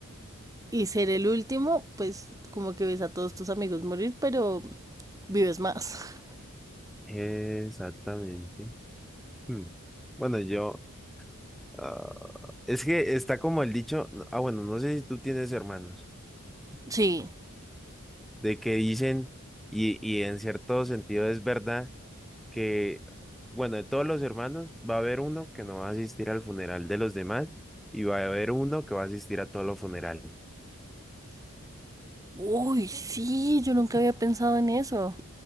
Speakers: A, on the right; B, in the centre.
A: Y ser el último, pues como que ves a todos tus amigos morir, pero vives más. <laughs>
B: Exactamente. Mm. Bueno, yo. ah, es que está como el dicho. Ah, bueno, no sé si tú tienes hermanos.
A: Sí.
B: de que dicen, y, y en cierto sentido es verdad, que, bueno, de todos los hermanos va a haber uno que no va a asistir al funeral de los demás y va a haber uno que va a asistir a todos los funerales.
A: Uy, sí, yo nunca había pensado en eso.